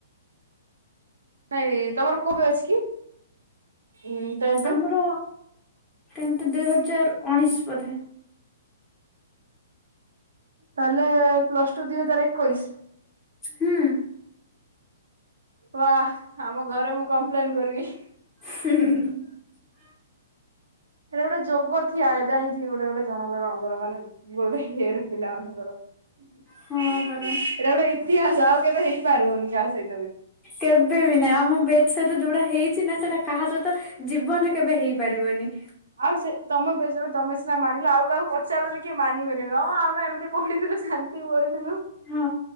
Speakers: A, on the right; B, on the left.
A: ହାଏ ତମର କଉ ବ୍ୟାଚ କି? ଉଁ ଟେନ୍ଥ।
B: ଆମର ଟେନ୍ଥ ଦୁଇ ହଜାର ଉଣିଶି ବଧେ।
A: ତାହଲେ ପ୍ଲସ ଟୁ ଦି ହଜାର ଏକୋଇଶ।
B: ହୁଁ।
A: ବା ଆମ ଘରେ ମୁଁ କମ୍ପ୍ଲେନ କରିବି।
B: <unintelligible>
A: ହେଟା ଗୋଟେ ଯୋଗ ଥିଆ ଯାାଇଁଛି ଗୋଟେ ଗୋଟେ ଜଣଙ୍କ ଜଣଙ୍କର ମାନେ। ଗୋଟେ ଇଅର ପିଲାମାନଙ୍କର
B: ହଁ
A: ହେଟା
B: ପରା।
A: ଗୋଟେ ଇତିହାସ ଆଉ। କେବେ ହେଇପାରବନି କା ସହି
B: କେବେ ବି ନାଇଁ ଆମ ବେ ସେଥିରେ ଯୋଉଟା ହେଇଛି ନା ସେଟା କାହା ସହିତ ଜୀବନରେ କେବେ ହେଇପାରିବନି।
A: ଆଉ ସେ ତମ ବ୍ୟାଚ୍ ରେ ତମେ ସିନା ମାନିଲ ଆଉ କାହାକୁ ପଚାରିଦେଲେ କିଏ ମାନିିବେନି ହଁ ଆମେ ଏମିତି ପଢିଥିଲୁ ଶାନ୍ତି ପଢିଥିଲୁ
B: ହଁ